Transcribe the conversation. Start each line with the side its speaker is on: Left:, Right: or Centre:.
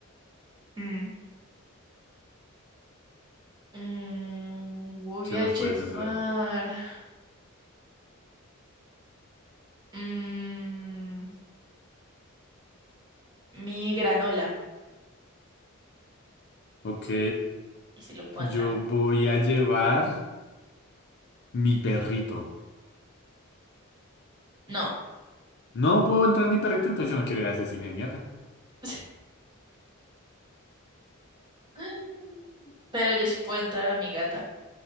Right: mm. Mm, voy
Left: ¿Qué
Right: a
Left: más
Right: llevar
Left: puedes entrar?
Right: mm, mi granola,
Left: Ok,
Right: y si lo puedo
Left: yo
Right: entrar.
Left: voy a llevar mi perrito.
Right: No.
Left: No puedo entrar mi perrito, entonces yo no quiero ir a ese cine de mierda.
Right: <laughs> <gasps> Pero yo sí puedo entrar a mi gata.